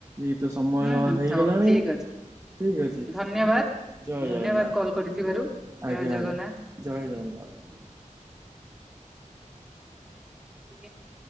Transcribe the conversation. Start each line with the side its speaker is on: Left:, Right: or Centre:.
Right: ଏ ତ ସମୟ
Centre: ହୁଁ ହୁଁ
Right: ହେଇଗଲାଣି।
Centre: ହଉ ଠିକ ଅଛି
Right: ଠିକ ଅଛି,
Centre: ଧନ୍ୟବାଦ
Right: ଜୟ
Centre: ଧନ୍ୟବାଦ
Right: ଜଗନ୍ନାଥ।
Centre: କଲ୍ କରିଥିବାରୁ ଜୟ
Right: ଆଜ୍ଞା
Centre: ଜଗନ୍ନାଥ।
Right: ଆଜ୍ଞା। ଜୟ ଜଗନ୍ନାଥ।
Centre: <inaudible>